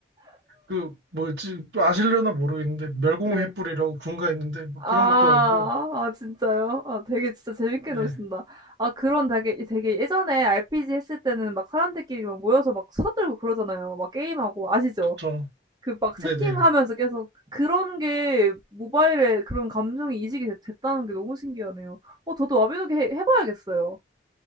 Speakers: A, on the right; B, on the right.
A: 그 뭐지 또 아실려나 모르겠는데 멸공의
B: 네.
A: 횃불이라고 군가 있는데 뭐
B: 아,
A: 그런 것도 하고
B: 아 진짜요? 아 되게 진짜 재밌게
A: 네,
B: 노신다. 아 그런 되게 되게 예전에 RPG 했을 때는 막 사람들끼리 막 모여서 막 수다 떨고 그러잖아요. 막 게임하고 아시죠?
A: 그쵸.
B: 그 막
A: 네네.
B: 채팅하면서 계속 그런 게 모바일에 그런 감정이 이식이 됐 됐다는 게 너무 신기하네요. 어 저도 와비노기 해 해 봐야겠어요.